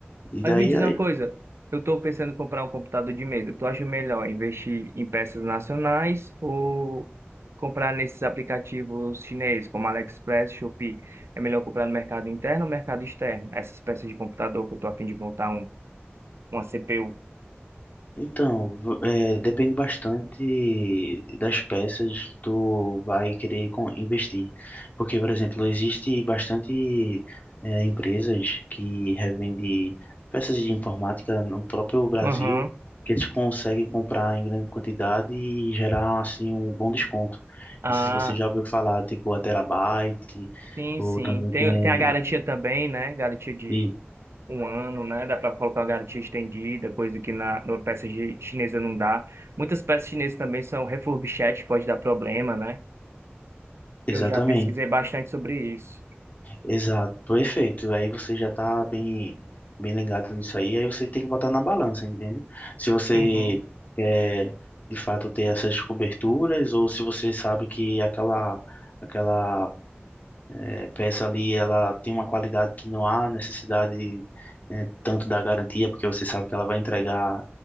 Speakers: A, on the left; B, on the right.
A: E
B: Mas
A: daí
B: me diz uma coisa, eu estou pensando em comprar um computador de mesa. Tu acha melhor investir em peças nacionais ou comprar nesses aplicativos chineses como AliExpress, Shopee? É melhor comprar no mercado interno ou mercado externo? Essas peças de computador que eu estou a fim de montar um, uma CPU.
A: Então, v- é, depende bastante das peças que tu vai querer con- investir. Porque, por exemplo, existe bastante é, empresas que revendem peças de informática no próprio Brasil,
B: Aham.
A: que eles conseguem comprar em grande quantidade e gerar, assim, um bom desconto.
B: Ah.
A: Não sei se você já ouviu falar, tipo, a Terabyte,
B: Sim,
A: ou
B: sim.
A: também
B: Tem,
A: tem...
B: tem a garantia
A: a-
B: também, né? Garantia de
A: E,
B: um ano, né? Dá para colocar uma garantia estendida, coisa que na, na peça chi- chinesa não dá. Muitas peças chinesas também são refurbished, pode dar problema, né?
A: exatamente.
B: Eu já pesquisei bastante sobre isso.
A: Exato, perfeito. Aí você já tá bem, bem ligado nisso aí. Aí você tem que botar na balança, entende? Se você
B: Uhum,
A: quer de fato ter essas coberturas ou se você sabe que aquela, aquela é, peça ali, ela tem uma qualidade que não há necessidade né, tanto da garantia, porque você sabe que ela vai entregar